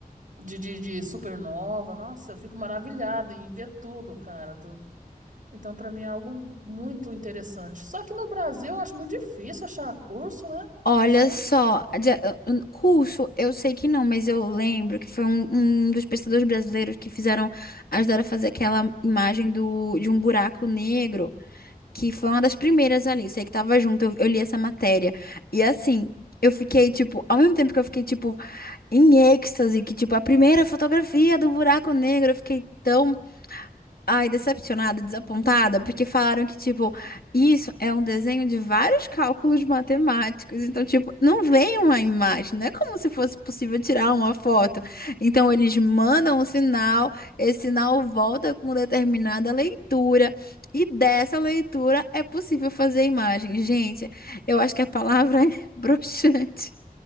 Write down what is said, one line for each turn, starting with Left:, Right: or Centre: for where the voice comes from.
Right: de, de, de supernova, nossa, eu fico maravilhada em ver tudo, cara, então, para mim é algo muito interessante. Só que no Brasil eu acho muito difícil achar curso, né?
Left: Olha
Right: Ge-
Left: só, a de- uh, uh, curso, eu sei que não, mas eu lembro que foi um, um dos pesquisadores brasileiros que fizeram, ajudaram a fazer aquela imagem do, de um buraco negro, que foi uma das primeiras ali, sei que tava junto, eu, eu li essa matéria. E assim, eu fiquei, tipo, ao mesmo tempo que eu fiquei, tipo, em êxtase, que, tipo, a primeira fotografia do buraco negro, eu fiquei tão Ai, decepcionada, desapontada, porque falaram que, tipo, isso é um desenho de vários cálculos matemáticos. Então, tipo, não vem uma imagem, não é como se fosse possível tirar uma foto. Então, eles mandam um sinal, esse sinal volta com determinada leitura, e dessa leitura é possível fazer a imagem. Gente, eu acho que a palavra é <laughs> broxante.